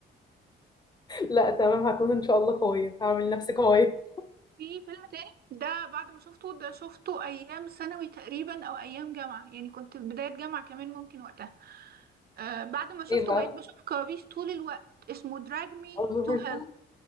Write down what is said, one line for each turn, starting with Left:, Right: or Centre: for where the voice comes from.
Left: لا تمام هكون ان شاء الله قويه هعمل نفسي قويه
Right: <laughs> في فيلم تاني ده بعد ما شفته ده شفته أيام ثانوي تقريبا أو أيام جامعة يعني كنت في بداية جامعة كمان ممكن وقتها آه بعد ما شفته
Left: ايه بقى
Right: بقيت بشوف كوابيس طول الوقت اسمه دراج مي
Left: اعوذ
Right: تو
Left: بالله
Right: هيل